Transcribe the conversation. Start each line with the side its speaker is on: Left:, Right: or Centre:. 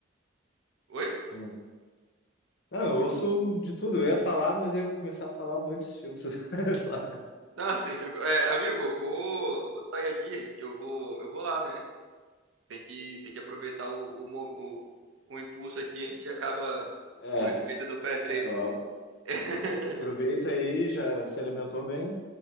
Right: Oi?
Left: hum, Não, eu ouço de tudo. Eu ia falar, mas eu ia começar a falar um monte de estilos. <laughs>
Right: Nossa, entregou. É, amigo, eu vou, eu vou sair aqui, que eu vou, eu vou lá, né? Tem que, tem que aproveitar o, o, mo- o, o impulso aqui antes que acaba
Left: É,
Right: o efeito do pré-treino.
Left: é, meu.
Right: <laughs>
Left: Aproveita aí, já se alimentou bem.